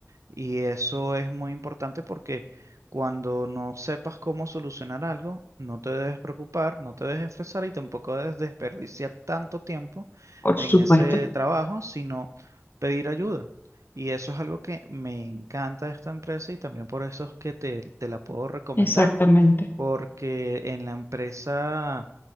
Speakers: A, on the right; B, on the left.
A: y eso es muy importante porque cuando no sepas cómo solucionar algo, no te debes preocupar, no te debes estresar y tampoco debes desperdiciar tanto tiempo
B: por
A: en
B: supuesto.
A: ese trabajo, sino pedir ayuda. Y eso es algo que me encanta de esta empresa y también por eso es que te, te la puedo recomendar,
B: Exactamente,
A: porque en la empresa